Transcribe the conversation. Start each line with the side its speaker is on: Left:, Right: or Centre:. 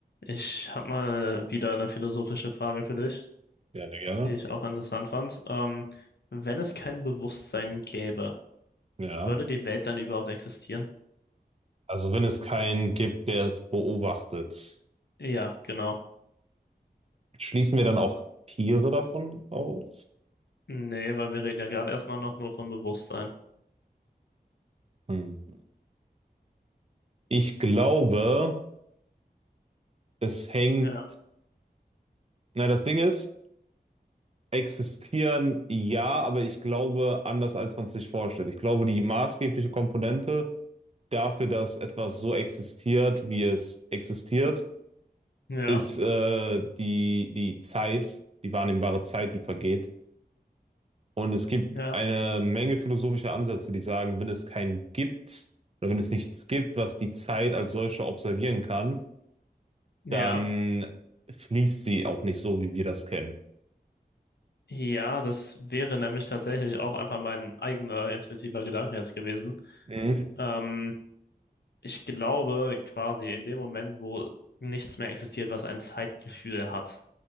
Left: Ich habe mal wieder eine philosophische Frage für dich,
Right: Gerne, gerne.
Left: die ich auch interessant fand. Ähm, wenn es kein Bewusstsein gäbe,
Right: Ja.
Left: würde die Welt dann überhaupt existieren?
Right: Also wenn es keinen gibt, der es beobachtet,
Left: Ja, genau.
Right: schließen wir dann auch Tiere davon aus?
Left: Nee, weil wir reden ja gerade erstmal noch nur vom Bewusstsein.
Right: Hm. Ich glaube, es hängt.
Left: Ja,
Right: Na, das Ding ist, existieren ja, aber ich glaube anders, als man es sich vorstellt. Ich glaube, die maßgebliche Komponente dafür, dass etwas so existiert, wie es existiert,
Left: ja,
Right: ist äh, die, die Zeit, die wahrnehmbare Zeit, die vergeht. Und es gibt
Left: ja,
Right: eine Menge philosophischer Ansätze, die sagen, wenn es keinen gibt oder wenn es nichts gibt, was die Zeit als solche observieren kann,
Left: ja.
Right: dann fließt sie auch nicht so, wie wir das kennen.
Left: Ja, das wäre nämlich tatsächlich auch einfach mein eigener intuitiver Gedanke jetzt gewesen.
Right: Mhm.
Left: Ähm, ich glaube quasi in dem Moment, wo nichts mehr existiert, was ein Zeitgefühl hat,